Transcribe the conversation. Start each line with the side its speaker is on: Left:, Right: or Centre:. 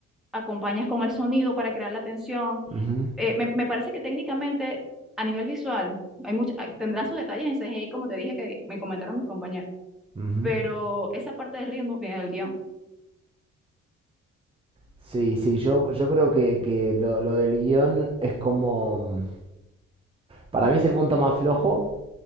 Centre: acompañas con el sonido para crear la tensión.
Right: ujú,
Centre: Eh, me, me parece que técnicamente, a nivel visual, hay mucha, ah, tendrán sus detalles en CGI, como te dije que me comentaron mis compañeros,
Right: ujú.
Centre: pero esa parte de ritmo viene del guión.
Right: Sí, sí, yo, yo creo que, que lo, lo del guión es como... mm, Para mí es el punto más flojo.